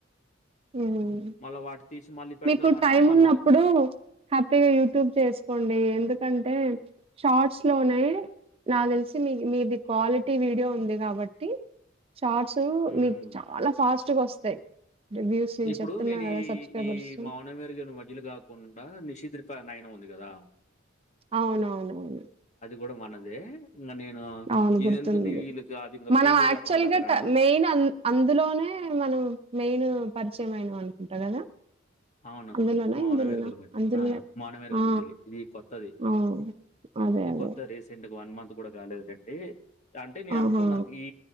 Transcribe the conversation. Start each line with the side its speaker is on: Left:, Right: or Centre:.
Right: మ్
Left: మళ్ళా వాటిని తీసి మళ్ళీ పెడదామంటే
Right: మీకు టైం
Left: మళ్ళా
Right: ఉన్నప్పుడు హ్యాపీగా యూట్యూబ్ చేసుకోండి ఎందుకంటే షార్ట్స్ లోనే నాక్ తెలిసి మీ మీది క్వాలిటీ వీడియో ఉంది కాబట్టి షార్ట్స్
Left: హ్మ్.
Right: మీకు చాలా ఫాస్ట్గా వస్తాయి వ్యూస్
Left: ఇప్పుడు
Right: చెప్తున్నా
Left: నేను
Right: కదా
Left: ఈ
Right: సబ్స్క్రైబర్స్
Left: ఈ మౌనమేరుగని మజిలీ కాకుండా నిషిద్ నైన్ ఉంది కదా
Right: అవునవునవును
Left: కూడా మనదే ఇంగ నేను
Right: అవును
Left: ఇదెందుకంటే
Right: గుర్తు ఉంది
Left: వీళ్ళకి అది ఇంక
Right: మనం
Left: ఫీమేల్
Right: యాక్చువల్గా
Left: అకౌంట్‌లాగా రన్ జేస్
Right: మెయిన్ అం అందులోనే మనం మెయిన్ పరిచయం అయినం అనుకుంటా కదా
Left: అవును
Right: అందులోనా
Left: మౌన
Right: ఇందులోనా
Left: మేరుగని వ మ
Right: అందులోనే
Left: ఆ మౌన వెరుగని
Right: ఆ
Left: మజిలీ ఇది కొత్తది
Right: అవును అదే
Left: ఇది
Right: అదే
Left: కొత్తది రీసెంట్గా వన్ మంత్ కూడా కాలేదుండి అంటే నేను
Right: ఆహా
Left: అనుకున్నాను ఈీ